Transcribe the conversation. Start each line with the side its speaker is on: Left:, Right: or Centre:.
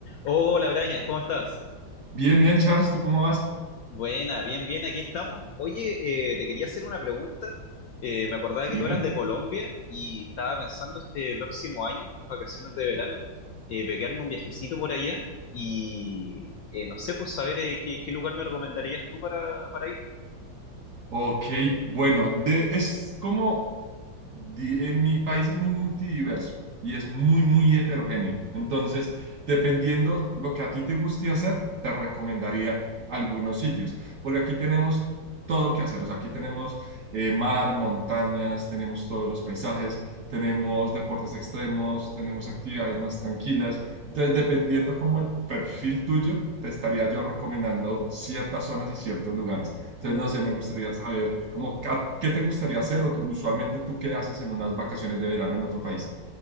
Left: Hola Brian, ¿cómo estás?
Right: Bien, bien, Charles, ¿tú cómo vas?
Left: Buena, bien, bien, aquí estamos. Oye, eh, te quería hacer una pregunta. Eh, me acordaba que
Right: Dime.
Left: tú eras de Colombia y estaba pensando este próximo año, vacaciones de verano, eh, pegarme un viajecito por allá y eh, no sé, pues saber eh, qué, qué lugar me recomendarías tú para, para ir.
Right: Ok, bueno, de, es como di- eh, mi país es muy multidiverso y es muy, muy heterogéneo. Entonces, dependiendo lo que a ti te guste hacer, te recomendaría algunos sitios, porque aquí tenemos todo que hacer. O sea, aquí tenemos eh, mar, montañas, tenemos todos los paisajes, tenemos deportes extremos, tenemos actividades más tranquilas. Entonces, dependiendo como el perfil tuyo, te estaría yo recomendando ciertas zonas y ciertos lugares. Entonces,
Left: Mm,
Right: no sé, me gustaría saber, como, ca- ¿qué te gustaría hacer? O tú- usualmente, ¿tú qué haces en unas vacaciones de verano en otro país?